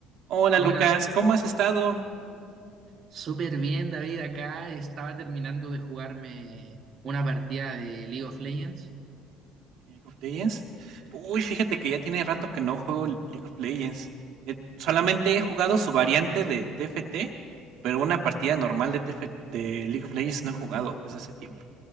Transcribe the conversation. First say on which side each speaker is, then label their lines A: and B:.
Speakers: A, on the right (about 60°); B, on the right (about 35°).
A: Hola
B: Hola,
A: Lucas, ¿cómo has estado?
B: súper bien David, acá estaba terminando de jugarme una partida de League of Legends.
A: League of Legends. Uy, fíjate que ya tiene rato que no juego League of Legends. Eh, solamente he jugado su variante de TFT, pero una partida normal de TF de League of Legends no he jugado desde hace tiempo.